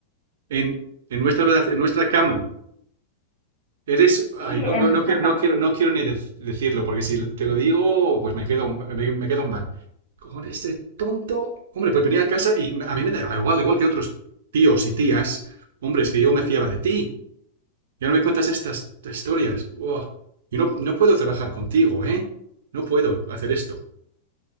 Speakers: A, on the right (about 70°); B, in the centre.
A: en, en nuestra, verdad- en nuestra cama. Eres,
B: Sí,
A: ay, no,
B: en
A: no,
B: nuestra
A: no, quiero,
B: cama.
A: no quiero, no quiero ni dec- decirlo, porque si te lo digo, pues me quedo, me, me quedo mal. Con este tonto, hombre, pues venía a casa y a mí me daba igual, igual que otros tíos y tías, hombre, es que yo me fiaba de ti. ya no me cuentas estas historias. Buah. Yo no, no puedo trabajar contigo, ¿eh? No puedo hacer esto.